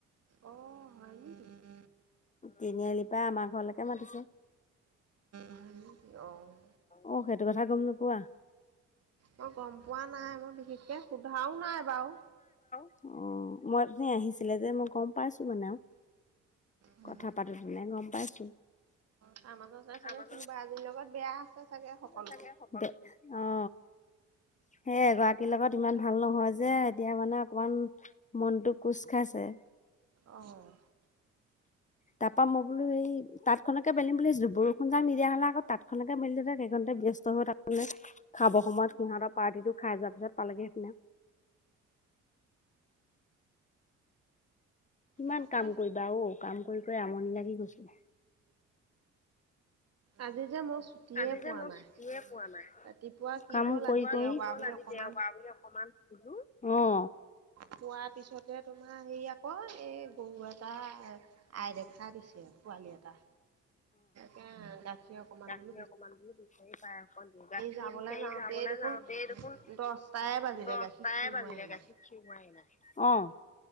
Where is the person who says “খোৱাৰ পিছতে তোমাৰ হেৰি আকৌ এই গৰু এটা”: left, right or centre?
Right